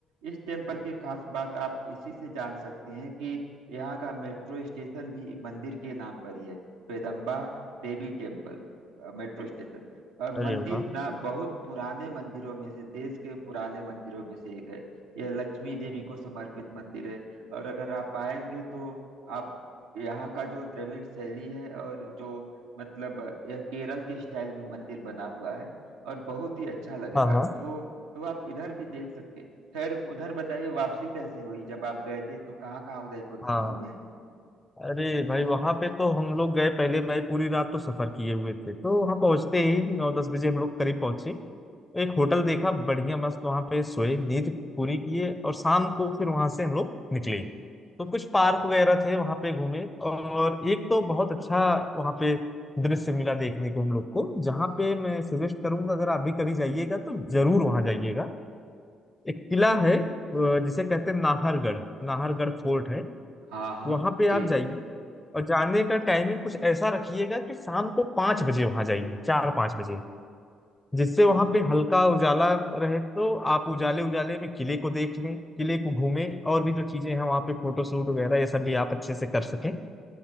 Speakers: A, on the right; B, on the left.
A: इस टेम्पल की खास बात आप इसी से जान सकती हैं कि यहाँ का मेट्रो स्टेशन भी मंदिर के नाम पर ही है Peddamma Devi temple अ, metro station और
B: अरे
A: मंदिर
B: वाह
A: ना बहुत पुराने मंदिरों में से देश के पुराने मंदिरों में से एक है यह लक्ष्मी देवी को समर्पित मंदिर है और अगर आप आएंगे तो आप यहाँ का जो द्रविड़ शैली है और जो मतलब यह केरल के स्टाइल में मंदिर बना हुआ है और बहुत ही अच्छा लगेगा
B: हाँ हाँ
A: तो तो आप इधर भी देख सकते हैं खैर उधर बताइए वापसी कैसे हुई जब आप गए थे तो कहाँ कहाँ उदयपुर में
B: हाँ
A: घूमे
B: अरे भाई वहां पे तो हम लोग गए पहले भाई पूरी रात तो सफर किए हुए थे तो वहां पहुंचते ही नौ दस बजे हम लोग करीब पहुंचे एक होटल देखा बढ़िया मस्त वहां पे सोए नींद पूरी किए और शाम को फिर वहां से हम लोग निकले तो कुछ पार्क वगैरह थे वहां पे घूमे और एक तो बहुत अच्छा वहां पे दृश्य मिला देखने को हम लोग को जहाँ पे मैं सजेस्ट करूंगा अगर आप भी कभी जाइएगा तो जरूर वहां जाइएगा एक किला है अ, जिसे कहते हैं नाहरगढ़ नाहरगढ़ फोर्ट है
A: हाँ हाँ
B: वहां पे
A: जी
B: आप जाइए और जाने का टाइमिंग कुछ ऐसा रखिएगा कि शाम को पाँच बजे वहां जाइए चार पाँच बजे जिससे वहां पे हल्का उजाला रहे तो आप उजाले उजाले में किले को देख लें किले को घूमें और भी जो चीजें हैं वहां पे फोटो शूट वगैरह ये सब भी आप अच्छे से कर सकें